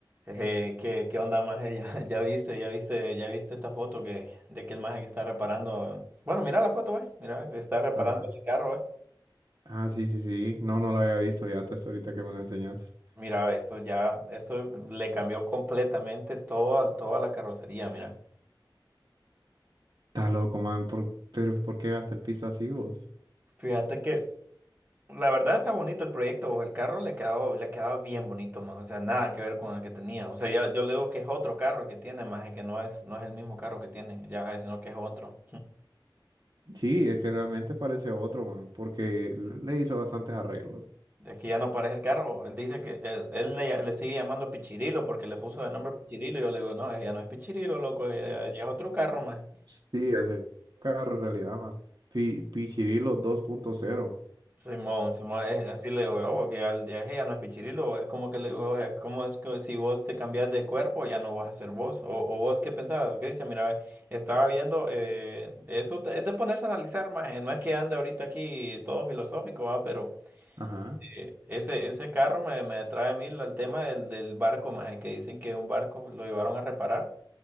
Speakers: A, on the right; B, on the right.
A: Eh, ¿qué, qué onda, maje? <laughs> Ya, ya viste, ya viste, ya viste esta foto que, de que el maje que está reparando. Bueno, mira la foto, ve. Mira, que está reparando
B: Ajá.
A: el carro, ve.
B: Ah, sí, sí, sí. No, no lo había visto ya hasta ahorita que me lo enseñaste.
A: Mira, ve, esto ya, esto le cambió completamente toda, toda la carrocería, mira.
B: Está loco, man. ¿Por, pero ¿por qué gasta el piso así vos?
A: Fíjate que la verdad está bonito el proyecto, vos. El carro le quedó, le quedaba bien bonito, más. O sea, nada que ver con el que tenía. O sea, ya, yo le digo que es otro carro el que tiene, maje, que no es, no es el mismo carro que tiene, ya, sino que es otro.
B: Sí, es que realmente parece otro, man, porque le hizo bastantes arreglos.
A: Es que ya no parece el carro. Él dice que él, él le, le sigue llamando Pichirilo porque le puso de nombre Pichirilo. Y yo le digo, no, ella no es Pichirilo, loco, ella,
B: Mm.
A: ella es otro carro más.
B: Sí, es el carro en realidad, man. Pi- Pichirilo dos punto cero.
A: Simón, Simón, es- así le digo, "Oh, que al- ya, ella no es Pichirilo. Es como que le digo, o sea, ¿cómo es que si vos te cambias de cuerpo ya no vas a ser vos? O, o vos qué pensabas, Cristian, mira, ve, estaba viendo, eh, eso te- es de ponerse a analizar más. eh, No es que ande ahorita aquí todo filosófico, va, pero.
B: Ajá.
A: Eh, Ese, ese carro me, me atrae a mí la- el tema del, del barco, más que dicen que un barco lo llevaron a reparar